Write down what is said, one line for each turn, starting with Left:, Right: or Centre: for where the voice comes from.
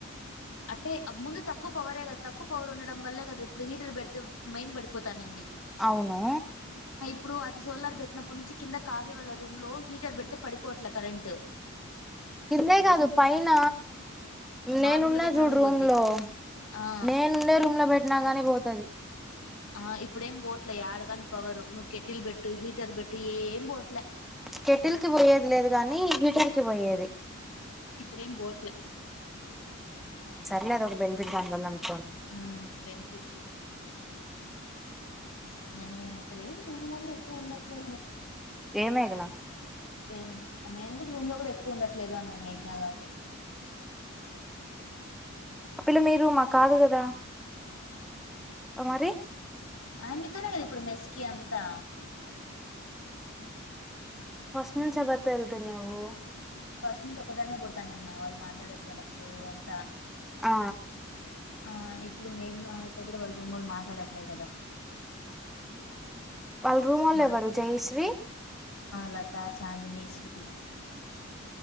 Left: అంటే ముందు తక్కువ పవరే కదా తక్కువ పవర్ ఉండడం వల్లే కదా ఇప్పుడు హీటర్ పెడితే మైన్ పడిపోతాను
Centre: అవును
Left: ఇప్పుడు అది సోలార్ పెట్టినప్పుడు నుంచి కింద కావ వాళ్ళ రూమ్ లో హీటర్ పెడితే పడిపోట్లే కరెంట్
Centre: ఇంతే కాదు పైైన
Left: మా
Centre: నేనున్నా
Left: రూమ్ లో పెట్టినా
Centre: చూడు
Left: కూడా
Centre: రూమ్
Left: పోద్ది
Centre: లో
Left: ఆ
Centre: నేను ఉండే రూమ్ లో బట్ న్నాగానే పోతుది
Left: ఆ ఇప్పుడేం బోట్ల ఆడగాని పవరు నువ్వు కెట్టిల్ పెెట్టు హీటర్ పెట్టు ఏం బోట్లే
Centre: కెటిల్ కి పోయేది లేదు కాగానీ హీటర్ కి పోయేది
Left: ఇప్పుడేం బోట్ల
Centre: సర్లే అద ఒక బెనిఫిట్ దామ్బల్ంత
Left: ఉ బెనిఫిట్ నను అసలేంద కూడా ఎప్పుడు ఉండ అా
Centre: ఏమ ఎకునా
Left: ఏం నేను కూడా రూమ్ లో కూడా ఎక్కువ ఉండట్లేదు అన్న మేఘనా కాదు
Centre: ఆ పిల్ల మీరు మా కాదు కదా అ మరి
Left: ఆమితోనే కదా ఇప్పుడు మెస్కి అంతా
Centre: ఫస్ట్ నుంచి ఎవరితో వెళ్తున్నావు
Left: ఫస్ట్ నుంచి ఒకదాన్నే పోతాను నిన్న వాళ్ళు మాట్లాడకపోయినప్పుడు అంతా
Centre: ఆ
Left: ఆ ఇప్పుడు మేఘనాతో కూడా వాళ్ళ రూమ్ వాళ్ళు మాట్లాడట్లేదు కదా
Centre: వాళ్ళ రూమ్ వాళ్ళ
Left: నల్
Centre: ఎవరు జయశ్రీ
Left: లత చాదనీ శృతి